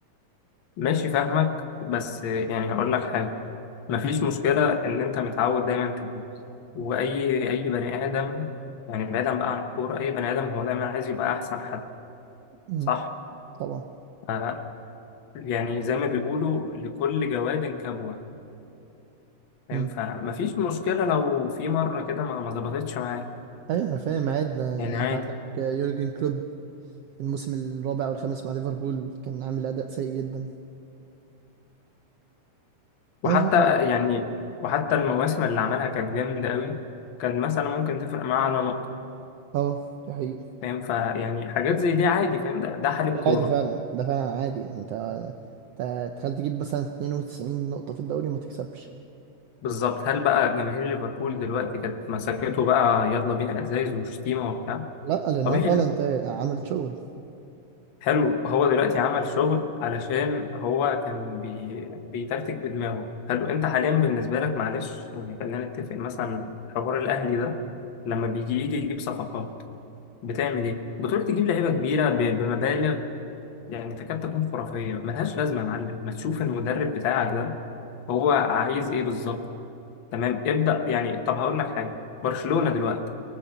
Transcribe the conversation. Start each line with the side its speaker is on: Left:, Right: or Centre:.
Left: ماشي فاهمك بس يعني هقول لك حاجة مفيش مشكلة إن أنت متعود دايما تجيب وأي أي بني آدم يعني بعيدا بقى عن الكورة أي بني آدم هو دايما عايز يبقى أحسن حد
Right: امم
Left: صح؟
Right: طبعا
Left: آه يعني زي ما بيقولوا لكل جواد كبوة فاهم
Right: امم
Left: فمفيش مشكلة لو في مرة كده ما ما ظبطتش معاك
Right: ايوه انا فاهم عادي ده يعني
Left: يعني عادي
Right: انت عندك يورجن كلوب الموسم الرابع والخامس مع ليفربول كان عامل اداء سيء جدا
Left: وحتى
Right: انا شايف عادي
Left: يعني وحتى المواسم اللي عملها كانت جامدة قوي كان مثلا ممكن تفرق معاه على نقطة
Right: اه ده حقيقي
Left: فاهم فيعني حاجات زي دي عادي فاهم ده ده حال الكورة
Right: ده عادي فعلا ده فعلا عادي يعني انت انت تخيل تجيب مثلا 92 نقطة في الدوري وما تكسبش
Left: بالظبط هل بقى جماهير ليفربول دلوقتي كانت مسكته بقى يلا بينا ازايز وشتيمه وبتاع
Right: لا لان
Left: طبيعي
Right: هو فعلا
Left: لا
Right: انت عامل شغل
Left: حلو هو دلوقتي عمل شغل علشان هو كان بي... بيتكتك بدماغه حلو انت حاليا بالنسبه لك معلش يعني خلينا نتفق مثلا حوار الاهلي ده لما بيجي يجي يجيب صفقات بتعمل ايه بتروح تجيب لعيبه كبيره ب... بمبالغ يعني تكاد تكون خرافيه ملهاش لازمه يا معلم ما تشوف المدرب بتاعك ده هو عايز ايه بالظبط تمام ابدا يعني طب هقول لك حاجه برشلونه دلوقتي